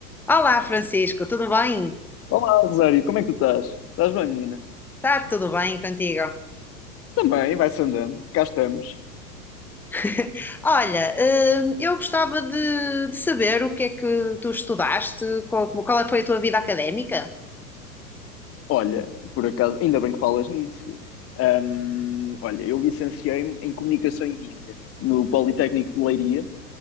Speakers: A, in the centre; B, on the left.
A: Olá, Francisco, tudo bem?
B: Olá, Rosário, como é que tu estás? Estás bem, menina?
A: Está tudo bem contigo?
B: Também, vai-se andando, cá estamos.
A: <laughs> Olha, hum, eu gostava de, de saber o que é que tu estudaste, qual, qual é que foi a tua vida académica?
B: Olha, por acaso, ainda bem que falas nisso. Hum, olha, eu licenciei-me em Comunicação e Mídia no Politécnico de Leiria.